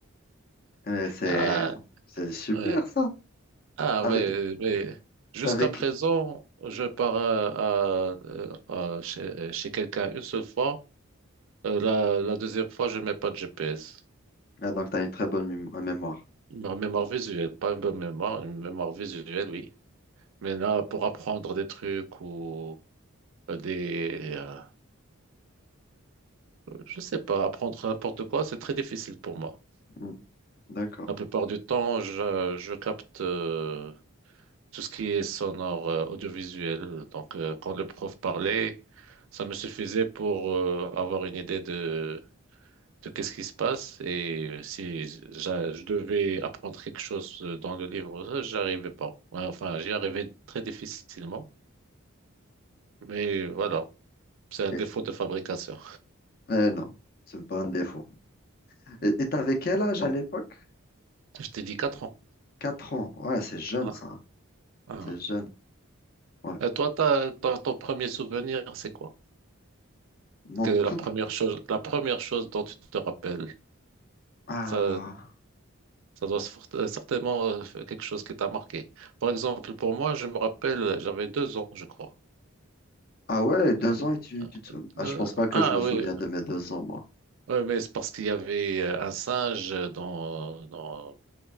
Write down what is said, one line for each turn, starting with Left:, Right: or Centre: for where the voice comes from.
Left: Mais c'est
Right: Ah,
Left: c'est super
Right: ouais.
Left: ça.
Right: Ah,
Left: T'avais,
Right: ouais, mais jusqu'à
Left: t'avais
Right: présent, je pars à, à- euh, à- chez, chez quelqu'un une seule fois. Euh, la, la deuxième fois, je mets pas de GPS.
Left: Ah, donc, tu as une très bonne mém- euh, mémoire.
Right: Une mémoire visuelle, pas une bonne mémoire, une mémoire visuelle, oui. Mais là, pour apprendre des trucs ou euh, des, euh, je sais pas, apprendre n'importe quoi, c'est très difficile pour moi.
Left: Hmm, D'accord.
Right: La plupart du temps, je, je capte. euh, tout ce qui est sonore, euh, audiovisuel. Donc, euh, quand le prof parlait, ça me suffisait pour euh, avoir une idée de, de qu'est-ce qui se passe. Et si j'a- je devais apprendre quelque chose euh, dans le livre, ça, j'arrivais pas. Ouais, Enfin, j'y arrivais très difficilement. Mais voilà, c'est un
Left: Et,
Right: défaut de fabrication.
Left: eh non, c'est pas un défaut. Et tu avais quel âge à l'époque?
Right: <laughs> Je t'ai dit 4 ans.
Left: 4 ans. Ouais, c'est jeune,
Right: Ah,
Left: ça. hein.
Right: ah.
Left: C'est jeune. Ouais.
Right: Et toi, t'as, t'as- ton premier souvenir, c'est quoi?
Left: Mon
Right: Que la
Left: tout.
Right: première chose, la première chose dont tu te rappelles,
Left: Ah,
Right: ça, Ça doit fort- euh, certainement euh, faire quelque chose qui t'a marqué. Par exemple, pour moi, je me rappelle, j'avais deux ans, je crois.
Left: ah ouais, deux
Right: Deux.
Left: ans et tu,
Right: Euh,
Left: tu te- Ah, je pense
Right: euh,
Left: pas que
Right: ah
Left: je me souviens
Right: oui,
Left: de mes deux ans, moi.
Right: Ouais, mais c'est parce qu'il y avait euh, un singe dans, dans,